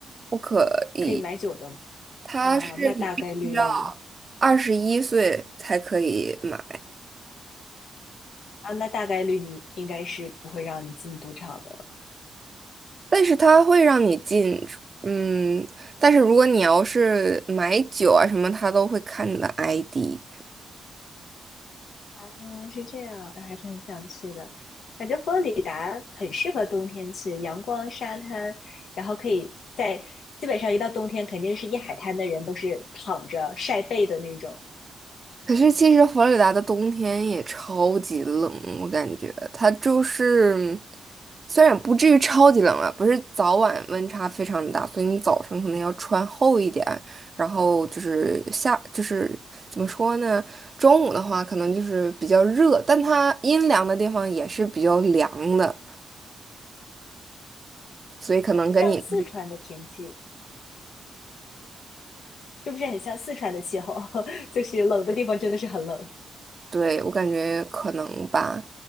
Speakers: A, on the right; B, on the left.
A: 不可以，
B: 可以买酒的
A: 它是你必须要
B: 啊。那大概率
A: 二十一岁才可以买。
B: 啊，那大概率你应该是不会让你进赌场的。
A: 但是它会让你进出嗯，但是如果你要是买酒啊什么，它都会看你的 ID。
B: 啊，是这样，哎还是很想去的。感觉佛罗里达很适合冬天去，阳光、沙滩，然后可以在基本上一到冬天，肯定是一海滩的人都是躺着晒背的那种。
A: 可是其实佛罗里达的冬天也超级冷，我感觉它就是虽然不至于超级冷啊，不是早晚温差非常大，所以你早上可能要穿厚一点，然后就是下就是怎么说呢，中午的话可能就是比较热，但它阴凉的地方也是比较凉的。所以可能跟你
B: 像四川的天气，是不是很像四川的气候？<laughs> 就是冷的地方真的是很冷。
A: 对，我感觉可能吧。